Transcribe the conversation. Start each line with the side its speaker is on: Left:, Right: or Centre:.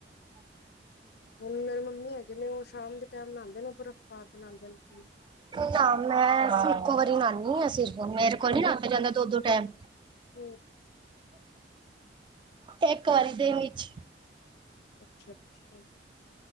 Left: ਹੁਣ ਮੇਰੇ ਮੰਮੀ ਹੈਗੇ ਨੇ ਉਹ ਸ਼ਾਮ ਦੇ ਟੈਮ ਨਾਂਦੇ ਨੇ ਉਹ ਬਰਫ਼ ਪਾ ਕੇ ਨਾਂਦੇ ਦੇ ਨੇ।
Right: ਨਾ ਮੈਂ ਇੱਕੋ ਵਾਰੀ ਨਾਨੀ ਹਾਂ ਸਿਰਫ ਮੇਰੇ ਕੋਲ ਨਹੀਂ ਨਹਾਤਾ ਜਾਂਦਾ ਦੋ-ਦੋ ਟੈਮ।
Left: ਹੂੰ,
Right: ਇੱਕ ਵਾਰੀ ਦੇਨ ਵਿੱਚ
Left: ਅੱਛਾ-ਅੱਛਾ।